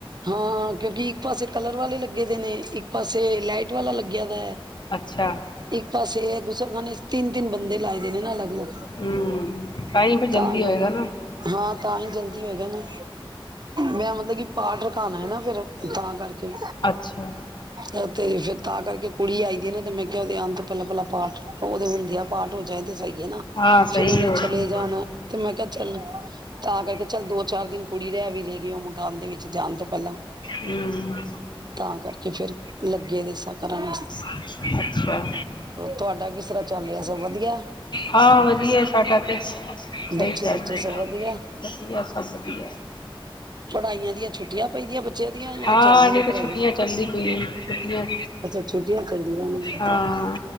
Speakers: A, on the right; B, on the left.
A: ਹਾਂ। ਕਿਉਂਕਿ ਬੱਸ ਇੱਕ ਪਾਸੇ ਕਲਰ ਵਾਲੇ ਲੱਗੇ ਦੇ ਨੇ। ਇੱਕ ਪਾਸੇ ਲਾਈਟ ਵਾਲਾ ਲੱਗਿਆ ਦਾ ਹੈ।
B: ਅੱਛਾ
A: ਇੱਕ ਪਾਸੇ ਇਹ ਗੁਸਲਖਾਨੇ ਚ ਤਿੰਨ-ਤਿੰਨ ਬੰਦੇ ਲਾਏ। ਨਾ ਅਲੱਗ-ਅਲੱਗ
B: ਹੂੰ ਟਾਈਮ ਫਿਰ ਜਲਦੀ
A: ਤਾਂ ਕਰਕੇ
B: ਹੋਏਗਾ ਨਾ
A: ਹਾਂ। ਤਾਂ ਹੀ ਜਲਦੀ ਹੋਗਾ ਨਾ। ਮੈਂ ਮਤਲਬ ਕਿ ਪਾਠ ਰਖਾਉਣਾ ਹੈ ਨਾ ਫਿਰ। ਤਾਂ ਕਰਕੇ
B: ਅੱਛਾ
A: ਤੇ ਫੇਰ, ਤਾਂ ਕਰਕੇ ਕੁੜੀ ਆਈਦੀ ਹੈ ਨਾ ਤੇ ਮੈਂ ਉਹਦੇ ਆਉਣ ਤੋਂ ਪਹਿਲਾਂ-ਪਹਿਲਾਂ ਪਾਠ, ਉਹਦੇ ਹੁੰਦੇ ਆ ਪਾਠ ਹੋ ਜਾਏ ਤੇ ਸਹੀ। ਨਾ
B: ਹਾਂ ਸਹੀ
A: ਫਿਰ ਉਹਨੇ
B: ਹੋਰ
A: ਚਲੇ
B: ਕੀ
A: ਜਾਣਾ। ਤੇ ਮੈਂ ਕਿਹਾ ਚੱਲ ਤਾਂ ਕਰਕੇ ਚੱਲ ਦੋ, ਚਾਰ ਦਿਨ ਕੁੜੀ ਰਹਿ ਵੀ ਲੇਗੀ ਉਹ ਮਕਾਨ ਦੇ ਵਿੱਚ ਜਾਣ ਤੋਂ ਪਹਿਲਾਂ।
B: ਹੂੰ
A: ਤਾਂ ਕਰਕੇ ਫਿਰ ਲੱਗੇ ਦੇ ਸਕਰਾਨ
B: ਅੱਛਾ
A: ਤੁਹਾਡਾ ਕਿਸ ਤਰ੍ਹਾਂ ਚੱਲ ਰਿਹਾ ਸਭ ਵਧੀਆ
B: ਹਾਂ, ਵਾਦੀਆਂ ਸਾਡਾ ਤੇ। ਸਹੀ
A: ਬੱਚੇ
B: ਚੱਲ
A: ਬੱਚੇ
B: ਵਾਦੀਆਂ
A: ਸਭ ਵਧੀਆ
B: ਸਬ ਵਾਦੀਆਂ।
A: ਪੜ੍ਹਾਈਆਂ ਦੀਆਂ ਛੁੱਟੀਆਂ ਪੈਂਦੀਆਂ ਬੱਚਿਆਂ ਦੀਆਂ ਜਾਂ
B: ਹਾਂ
A: ਚਾਲੂ
B: ਅਜੇ
A: ਨੇ
B: ਤਾਂ
A: ਪੜ੍ਹਾਈਆਂ
B: ਛੁੱਟੀਆਂ ਚੱਲਦੀ ਪਈ ਛੁੱਟੀਆਂ
A: ਅੱਛਾ ਛੁੱਟੀਆਂ। ਚੱਲਦੀਆਂ ਨੇ
B: ਹਾਂ